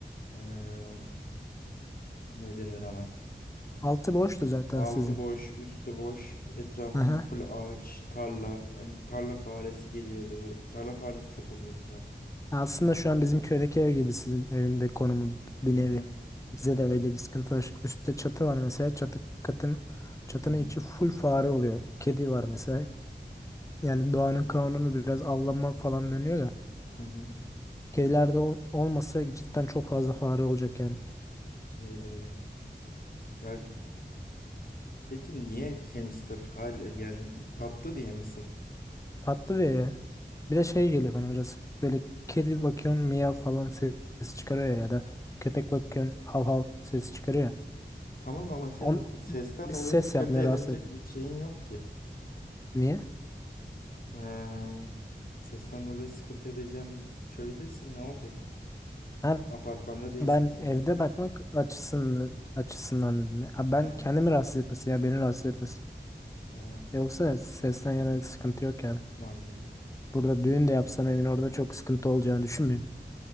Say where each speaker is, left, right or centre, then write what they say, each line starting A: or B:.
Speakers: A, on the left; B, on the left.
A: eee ne denir ona
B: Altı boştu zaten
A: altı
B: sizin.
A: boş üstü boş etrafında
B: Aha.
A: full ağaç tarla hem tarla faresi geliyordu tarla faresi çok oluyordu zaten.
B: Aslında şu an bizim köydeki ev gibi sizin evinde konumu bir
A: Hı
B: nevi.
A: hı
B: Bize de öyle bir sıkıntı var. Üstte çatı var mesela. Çatı katın çatının
A: hı hı
B: içi full fare oluyor. Kedi var mesela. Yani doğanın kanunu biraz avlanma falan dönüyor da.
A: hı hı.
B: Kedilerde ol- olmasa cidden çok fazla fare olacak yani.
A: Öyle öyle. Ya peki niye hamster hala yani tatlı diye mi sırf?
B: Tatlı ve bir de şey geliyor bana biraz böyle kedi bakıyorsun miyav falan ses çıkarıyor ya, ya da köpek bakıyorsun hav hav ses çıkarıyor. ya.
A: Tamam ama senin
B: On,
A: o sesten
B: bir
A: dolayı
B: ses
A: sıkıntı
B: yapmıyor
A: edilecek
B: rahatsız etmiyor.
A: bir şeyin yok ki.
B: Niye?
A: Eee sesten dolayı sıkıntı edeceğin bir köydesin ne olacak?
B: Ha,
A: Apartmanda değilsin
B: ben
A: ki.
B: evde bakmak açısından açısından dedim ya. Ha, ben
A: Ha,
B: kendimi rahatsız etmesi ya beni rahatsız etmesi.
A: ha,
B: Yoksa sesten yana bir sıkıntı yok yani.
A: anladım.
B: Burada düğün de yapsam evin orada çok sıkıntı olacağını düşünmüyorum.